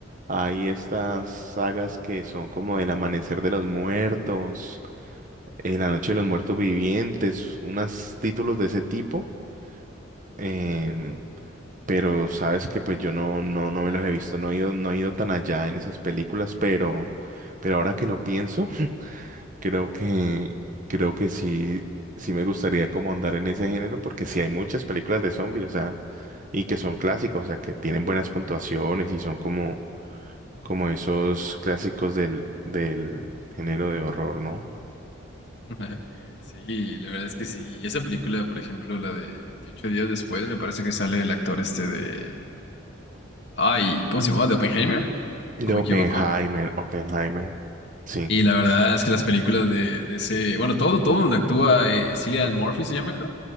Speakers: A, on the right; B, on the left.
A: Hay estas sagas que son como El Amanecer de los Muertos, eh, La Noche de los Muertos Vivientes, unos títulos de ese tipo. em, pero sabes que pues yo no, no, no me los he visto, no he ido, no he ido tan allá en esas películas, pero, pero ahora que lo pienso. Creo que, creo que sí, sí me gustaría como andar en ese género porque sí hay muchas películas de zombies, o sea, y que son clásicos, o sea, que tienen buenas puntuaciones y son como, como esos clásicos del, del género de horror, ¿no?
B: <laughs> Sí, la verdad es que sí. Y esa película, por ejemplo, la de 28 días después, me parece que sale el actor este de... Ay, ¿cómo se llamaba? ¿De Oppenheimer? ¿O
A: De
B: me
A: Oppenheimer,
B: equivoco?
A: Oppenheimer. Sí,
B: Y la verdad es que las películas de, de ese, bueno, todo, todo donde actúa eh, Cillian Murphy se llama, creo.